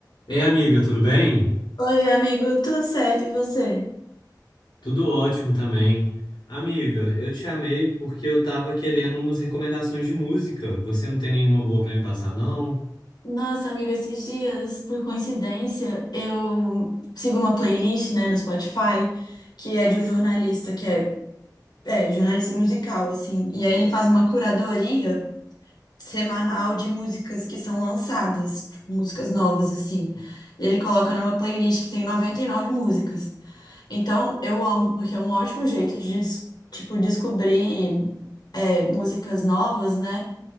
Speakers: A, on the left; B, on the left.
A: Ei, amiga, tudo bem?
B: Oi, amigo, tudo certo e você?
A: Tudo ótimo também. Amiga, eu te chamei porque eu tava querendo umas recomendações de música. Você não tem nenhuma boa pra me passar, não?
B: Nossa, amigo, esses dias, por coincidência, eu sigo uma playlist, né, no Spotify, que é de um jornalista, que é, é jornalista musical, assim, e aí ele faz uma curadoria semanal de músicas que são lançadas, tipo, músicas novas, assim. E ele coloca numa playlist que tem 99 músicas. Então, eu amo, porque é um ótimo jeito de, des- tipo, descobrir, é, músicas novas, né?